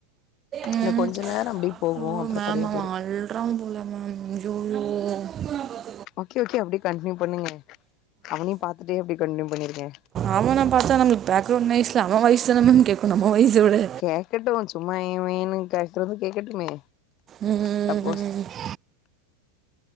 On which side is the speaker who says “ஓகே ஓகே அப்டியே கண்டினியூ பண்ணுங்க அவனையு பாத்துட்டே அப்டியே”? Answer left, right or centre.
Left